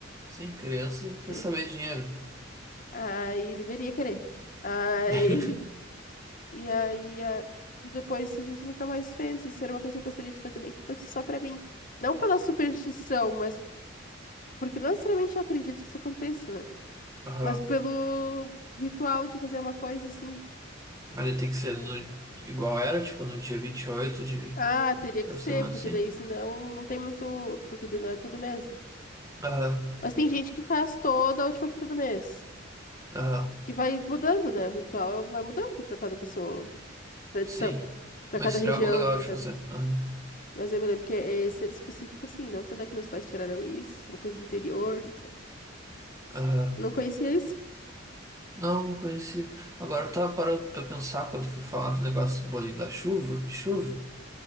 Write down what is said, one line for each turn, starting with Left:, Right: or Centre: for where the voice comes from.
Right: Sim, criança quer
Left: né?
Right: saber dinheiro.
Left: Aí, deveria querer. Aí,
Right: <laughs>
Left: <laughs> e aí, ah, depois a gente nunca mais fez. Isso era uma coisa que eu gostaria de fazer, nem que fosse só pra mim. Não pela superstição, mas porque não necessariamente eu acredito que isso aconteça, né?
Right: Aham.
Left: Mas pelo ritual de fazer uma coisa assim
Right: Mas ele tem que ser no, igual era, tipo, no dia 28 de,
Left: Ah, teria
Right: da
Left: que ser,
Right: semana,
Left: porque
Right: sim.
Left: daí senão não tem muito. Porque daí não é todo mês, né?
Right: Aham,
Left: Mas tem gente que faz toda a última quinta do mês.
Right: aham,
Left: Que vai mudando, né? O ritual vai mudando pra cada pessoa, tradição,
Right: sim.
Left: pra
Right: Mas
Left: cada
Right: seria
Left: região,
Right: algo legal
Left: pra
Right: de
Left: cada.
Right: fazer. Aham,
Left: Mas eu me lembro que é esse era específico assim. Não sei onde é que meus pais tiraram isso, se é uma coisa do interior, não sei.
Right: aham.
Left: Não conhecia isso.
Right: Não, não conheci. Agora eu tava parando pra pensar quando fui falar do negócio do bolinho da chuva, de chuva.